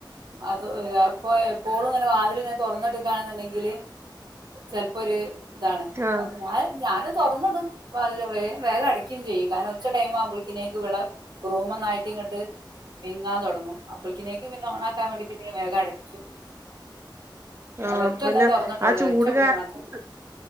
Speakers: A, on the right; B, on the right.
A: അത് അപ്പൊ എപ്പോഴും ഇങ്ങനെ വാതിൽ ഇങ്ങനെ തുറന്നിട്ക്കാണെണ്ടെങ്കില് ചെിലപ്പോ ഒരു ഇതാണ്
B: ആഹ്
A: അപ്പൊ ഞാൻ ഞാന തൊറന്നിടും വാതില് വേഗം വേഗ അടക്ക് ചെയ്യും കാരണം ഉച്ചടൈം ആകുമ്പോഴേക്കും ഇവിടെ റൂമന്നായിട്ടി ഇങ്ങോട്ട് വിങ്ങാൻ തുടങ്ങും അപ്പോഴേക്കും പിന്നെ ഓണാ കാൻ വേണ്ടി പിന്നെ വേഗം അടയ്ക്കും
B: ആ
A: ഒരൊറ്റ
B: പിന്നെ
A: ഒന്നേ തുറന്നിട്ടുള്ളൂ
B: ആ ചൂട്
A: ഒരൊറ്റ വിളി
B: കാരണം
A: മാത്രം